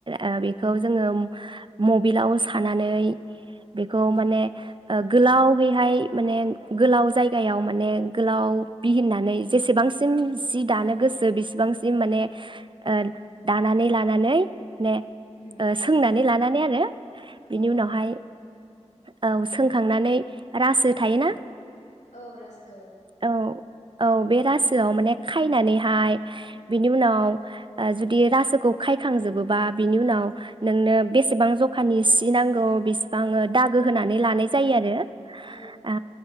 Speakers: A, on the right (about 45°); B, on the left (about 75°).
A: ओ बेखौ जोङो मबिलाव सानानै। बेखौ
B: औ
A: माने। ओ गोलावहैहाय माने गोलाव जायगायाव माने गोलाव बिहिननानै जेसेबांसिम जि दानो गोसो बेसेबांसिम माने ओ दानानै लानानै। मे
B: उम
A: ओ सोंनानै लानानै आरो। बिनि
B: औ
A: उनावहाय।
B: औ
A: औ सोंखांनानै रासो थायोना।
B: औ राजो।
A: औ औ बे रासोआव माने खायनानैहाय बिनि उनाव जुदि रासोखौ खायखांजोबोबा बिनि उनाव नोंनो बेसेबां जखानि सि नांगौ बे। आंङो दागो होनानै लानाय। जायो आरो।
B: औ
A: आ